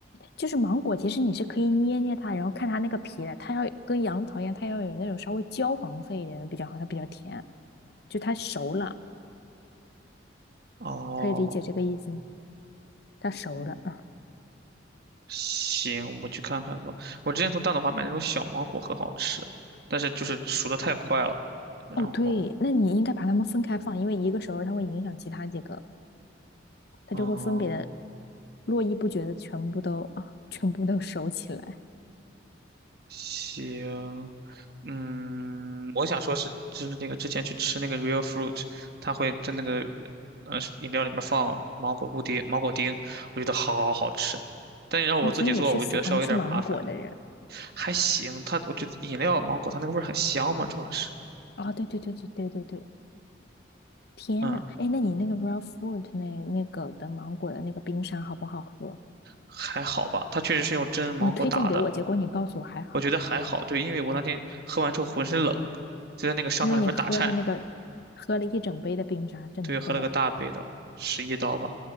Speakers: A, on the left; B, on the right.
A: 就是芒果，其实你是可以捏捏它，然后看它那个皮的，它要跟杨桃一样，它要有那种稍微焦黄色一点的比较好，它比较甜。就它熟了，
B: 哦，
A: 可以理解这个意思吗？它熟了。
B: 嗯，行，我去看看吧。我之前从大董华买那种小芒果，很好吃，但是就是熟的太快了。然后，
A: 哦，对，那你应该把它们分开放，因为一个熟了它会影响其他几个。它就会分别的
B: 哦，
A: 络绎不绝的全部都啊，全部都收起来。
B: 行，嗯，我想说是，就是那个之前去吃那个 Real Fruit，它会在那个呃饮料里面放芒果布丁、芒果丁，我觉得好好好吃。但是要我自己做，
A: 哦，所以你是喜欢吃芒果的人。
B: 我就觉得稍微有点麻烦。还行，它我觉得饮料芒果它那个味儿很香嘛，主要是，
A: 哦，对对对对对对对，天呐，
B: 嗯，
A: 哎，那你那个 raw fruit 那那个的芒果的那个冰沙好不好喝？
B: 还好吧。它确实是用真芒果打的，
A: 你推荐给我，结果你告诉我还好，
B: 我觉得还好。对，因为我那天喝完之后浑身冷，就在那个商场里边打颤，
A: 因为你喝了那个喝了一整杯的冰沙，这能不冷吗？
B: 对，喝了个大杯的，十一刀吧，